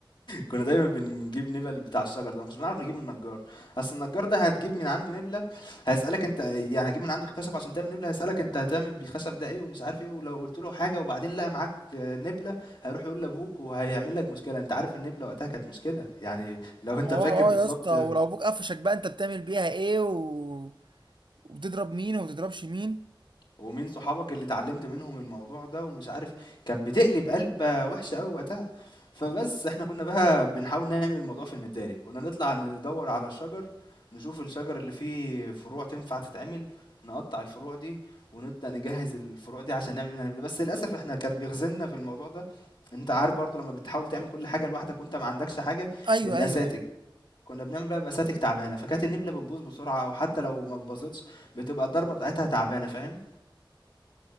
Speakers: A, on the left; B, on the right.
A: كنا دايما بنجيب نبل بتاع الشجر ده ما كناش بنعرف نجيب من النجار اصل النجار ده هتجيب من عنده نبله هيسالك انت يعني هتجيب من عنده خشب عشان تعمل نبله هيسالك انت هتعمل بالخشب ده ايه ومش عارف ايه ولو قلت له حاجه وبعدين لقى معاك آه، نبله هيروح يقول لابوك وهيعمل لك مشكله انت عارف النبله وقتها كانت مشكله يعني لو انت
B: اه
A: فاكر بالظبط
B: اه يا اسطى ولو ابوك قفشك بقى انت بتعمل بيها ايه و... وبتضرب مين وما بتضربش مين
A: ومين صحابك اللي اتعلمت منهم الموضوع ده ومش عارف كان بتقلب قلبة وحشة قوي وقتها فبس احنا كنا بقى بنحاول نعمل الموضوع في المداري كنا نطلع ندور على الشجر نشوف الشجر اللي فيه فروع تنفع تتعمل نقطع الفروع دي ونبدأ نجهز الفروع دي عشان نعمل منها نبلة. بس للأسف احنا كان بيخزلنا في الموضوع ده انت عارف برضو لما بتحاول تعمل كل حاجة لوحدك وانت ما عندكش حاجة
B: ايوه
A: الأساتك
B: ايوه ايوه
A: كنا بنعمل بقى بأساتك تعبانة فكانت النبلة بتبوظ بسرعة وحتى لو ما بتبوظتش بتبقى الضربة بتاعتها تعبانة فاهم